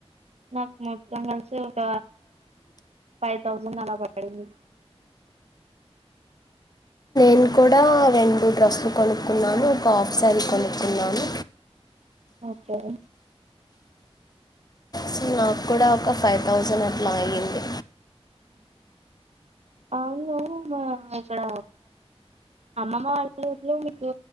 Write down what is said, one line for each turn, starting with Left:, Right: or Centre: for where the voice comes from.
Right: నాకు మొత్తం కలిసి ఒక ఫైవ్ థౌజండ్ అలా పడింది
Left: నేను కూడా రెండు డ్రస్లు కొనుక్కున్నాను ఒక ఆఫ్సారి కొనుక్కున్నాను
Right: ఓకే
Left: సో నాకు కూడా ఒక ఫైవ్ థౌజండ్ అట్లా అయ్యింది
Right: అవును్ మా ఇక్కడ అమ్మమ్మ వాళ్ళట్లో మీకు